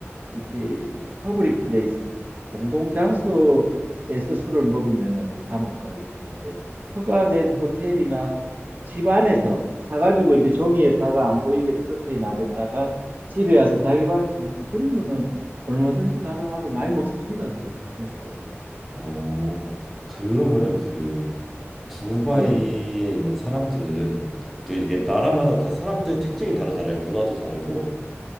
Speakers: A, on the right; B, in the centre.
A: 이렇게 퍼블릭 플레이스 공공장소에서 술을 먹으면은 이제 감옥 가게 되는데 허가된 호텔이나 집 안에서 사가지고 이제 종이에 싸가 안 보이게 트렁크에 놔뒀다가 집에 와서 자기 방에서 먹고 그런 거는 얼마든지 가능하고 많이 먹습니다. 그렇게 한국 사람들.
B: 어. 그러면은 그 두바이에
A: 예,
B: 있는 사람들은 그 이게 나라마다 다 사람들 특징이 다르잖아요. 문화도 다르고